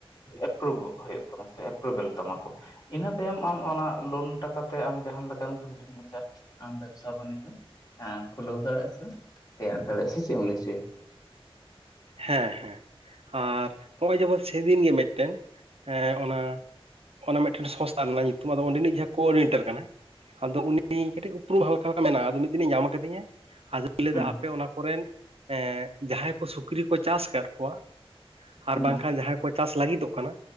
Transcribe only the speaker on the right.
ᱦᱮᱸ ᱦᱮᱸ, ᱟᱨ ᱱᱚᱜᱼᱚᱭ ᱡᱮᱢᱚᱱ ᱥᱮᱫᱤᱱ ᱜᱮ ᱢᱤᱫᱴᱮᱱ ᱮ ᱚᱱᱟ ᱚᱱᱟ ᱢᱤᱫᱴᱮᱱ ᱥᱚᱝᱥᱛᱷᱟ ᱨᱮᱱᱟᱜ ᱧᱩᱛᱩᱢ ᱾ ᱟᱫᱚ ᱚᱸᱰᱮᱱᱤᱡ ᱡᱟᱦᱟᱸᱭ ᱠᱳᱚᱨᱰᱤᱱᱮᱴᱟᱨ ᱠᱟᱱᱟᱭ ᱟᱫᱚ ᱩᱱᱤ ᱩᱱᱤ ᱠᱟᱹᱴᱤᱡ ᱩᱯᱨᱩᱢ ᱦᱟᱞᱠᱟ ᱦᱟᱞᱠᱟ ᱢᱮᱱᱟᱜᱼᱟ ᱾ ᱟᱫᱚ ᱢᱤᱫ ᱫᱤᱱᱮ ᱧᱟᱢ ᱟᱠᱟᱫᱤᱧᱟᱭ, ᱟᱫᱚ ᱞᱟᱹᱭ
ᱮᱫᱟ ᱟᱯᱮ ᱚᱱᱟ ᱠᱚᱨᱮᱱ ᱦᱮᱸ ᱡᱟᱦᱟᱸᱭ ᱠᱚ ᱥᱩᱠᱨᱤ ᱠᱚ ᱪᱟᱥ ᱟᱠᱟᱫ ᱠᱚᱣᱟ <inaudible> ᱟᱨ
ᱵᱟᱝᱠᱷᱟᱱ ᱡᱟᱦᱟᱸᱭ ᱠᱚ ᱪᱟᱥ ᱞᱟᱹᱜᱤᱫᱚᱜ ᱠᱟᱱᱟ,